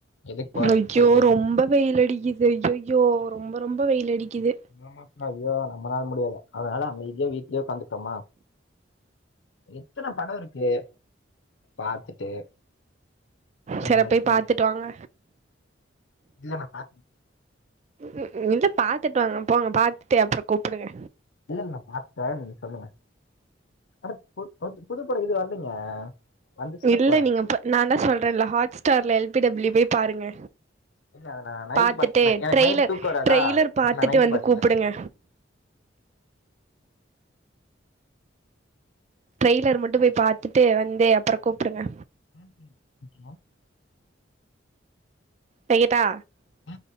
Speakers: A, on the left (about 75°); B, on the right (about 35°).
A: எதுக்கு போற
B: ஐயோ
A: இதுக்கு போயிட்டு
B: ரொம்ப வெயில் அடிக்குது ஐய்யய்யோ ரொம்ப ரொம்ப வெயில் அடிக்குது
A: ஆமா ஐயோ நம்மளால முடியாது அதனால அமைதியா வீட்லயே ஒக்காந்துட்டோமா எத்தன பட இருக்கு பாத்துட்டு
B: சேர
A: இல்லாட்டி
B: போய் பாத்துட்டு வாங்க
A: இன்னமப்ப
B: ம் இல்ல பாத்துட்டு வாங்க போங்க பாத்துட்டு அப்பற கூப்புடுங்க
A: இல்ல நா பாத்துட்ட நீங்க சொல்லுங்க அட பு புது படோ எது வரலைங்க வந்துச்சுன்னா
B: இல்ல
A: போறேன்
B: நீங்க நா என்ன சொல்றல்ல ஹாட்ஸ்டார் எல் பி டபள்யூ போய் பாருங்க
A: இல்ல அத நான் நைட்டு
B: பாத்துட்டு
A: பாத்துக்கிறேன் எனக்கு
B: ட்ரெய்லர்
A: நைட் தூக்கம் வராதா
B: ட்ரெய்லர் பாத்துட்டு
A: நான் நைட்டு
B: வந்து
A: பாத்துக்கிறேன்
B: கூப்புடுங்க ட்ரெய்லர் மட்டு போய் பாத்துட்டு வந்து அப்புற கூப்புடுங்க
A: ம்
B: வைக்கட்டா
A: ஆ,